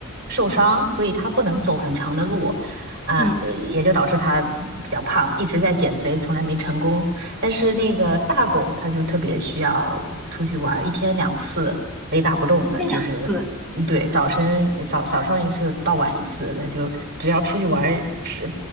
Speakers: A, on the right (about 50°); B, in the centre.
A: 受伤，所以它不能走很长的路，啊呃，
B: 嗯
A: 也就导致它比较胖，一直在减肥，从来没成功。但是那个大狗它就特别需要出去玩儿一天两次，
B: 嗯，
A: 雷打不动的，
B: 一天两次。
A: 就是嗯对早晨早早上一次，傍晚一次，它就只要出去玩儿吃，